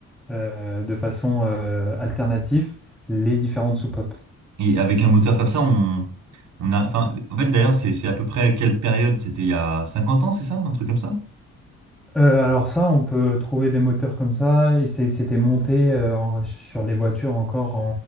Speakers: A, in the centre; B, on the right.
A: euh, de façon euh, alternative les différentes soupapes.
B: Et avec un moteur comme ça, on, on a, enfin, en fait, d'ailleurs, c'est, c'est à peu près à quelle période? C'était il y a 50 ans, c'est ça? Un truc comme ça?
A: Euh, alors ça, on peut trouver des moteurs comme ça. et c'est- C'était monté euh, en- sur les voitures encore